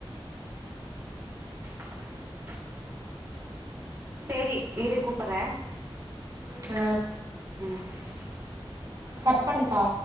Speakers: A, on the right (about 20°); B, on the right (about 40°).
A: <inaudible> சேரி இரு கூப்பற்ற
B: அ
A: ம்
B: கட் பண்ட்டா